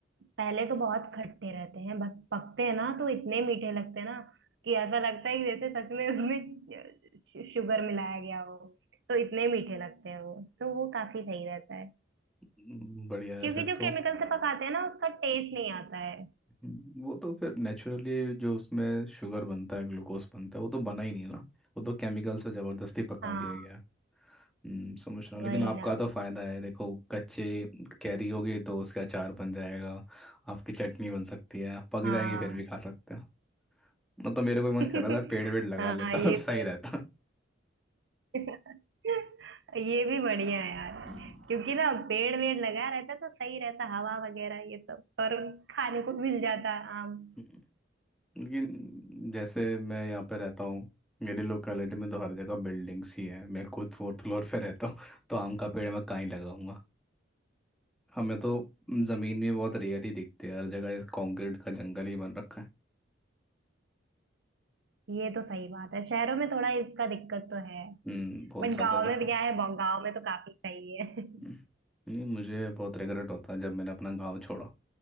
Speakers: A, on the right (about 65°); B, in the centre.
A: पहले तो बहुत खट्टे रहते हैं बस पकते हैं ना तो इतने मीठे लगते हैं ना कि ऐसा लगता है कि जैसे सच में उसमें शु- शुगर मिलाया गया हो तो इतने मीठे लगते हैं वो तो वो काफी सही रहता है
B: हम्म, बढ़िया है
A: क्योंकि
B: फिर
A: जो
B: तो
A: केमिकल से पकाते हैं ना उसका टेस्ट नहीं आता है
B: हम्म, वो तो फिर नेचुरली जो उसमें शुगर बनता है ग्लूकोज बनता है वो तो बना ही नहीं ना वो तो केमिकल से ज़बरदस्ती पका
A: हाँ
B: दिया गया हम्म समझ रहा हूँ लेकिन
A: वही
B: आपका
A: ना
B: तो फ़ायदा है देखो कच्चे कैरी होगी तो उसका अचार बन जाएगा आपकी चटनी बन सकती है पक
A: हाँ
B: जाएगी फिर भी खा सकते हो मतलब तो मेरा कोई मन
A: <laughs>
B: कर रहा था पेड़ वेड़ लगा
A: हाँ
B: लेता
A: ये
B: <laughs> तो
A: तो
B: सही रहता
A: है। <laughs> ये भी बढ़िया है यार
B: हम्म
A: क्योंकि ना पेड़ वेड़ लगा रहता तो सही रहता हवा वगैरह ये सब और खाने को मिल जाता आम
B: हम्म। लेकिन जैसे मैं यहाँ पे रहता हूँ मेरी लोकेलिटी में तो हर जगह बिल्डिंग्स ही है मैं खुद फोर्थ फ्लोर पे रहता हूँ तो आम का पेड़ मैं कहाँ ही लगाऊंगा हमें तो ज़मीन भी बहुत रेयर ही दिखती है हर जगह कंक्रीट का जंगल ही बन रखा है
A: ये तो सही बात है शहरों में थोड़ा इसका दिक्कत तो है
B: हम्म बहुत
A: बट
B: ज़्यादा
A: गांव में
B: दिक्कत
A: भी क्या
B: है
A: है बो- गांव में तो काफी सही है
B: हम्म, नहीं मुझे बहुत रिग्रेट होता है जब मैंने अपना गांव छोड़ा